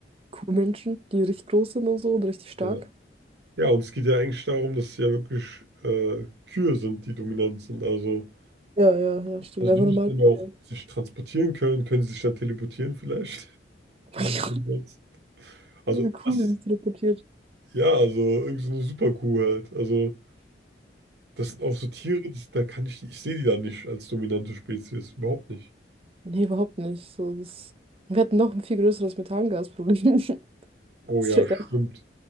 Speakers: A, on the right (about 35°); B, on the right (about 70°).
A: Kuhmenschen, die richtig groß sind und so und richtig stark.
B: Ja. Ja, und es geht ja eigentlich darum, dass es ja wirklich äh, Kühe sind, die dominant sind. Also,
A: Ja, ja, ja, stimmt.
B: also
A: Einfach
B: die müssen
A: normal. Okay.
B: ja auch sich transportieren können. Können sie sich dann teleportieren vielleicht? <laughs>
A: Oh
B: Das
A: mein
B: ist
A: Gott,
B: niemals- Also
A: eine Kuh,
B: was?
A: die sich teleportiert.
B: Ja, also irgend so eine Superkuh halt. Also das sind auch so Tiere, das, da kann ich, ich sehe die da nicht als dominante Spezies. Überhaupt nicht.
A: Nee, überhaupt nicht. So, das... Wir hätten noch ein viel größeres Methangasproblem. <laughs>
B: Oh
A: Das
B: ja,
A: wäre ganz,
B: stimmt.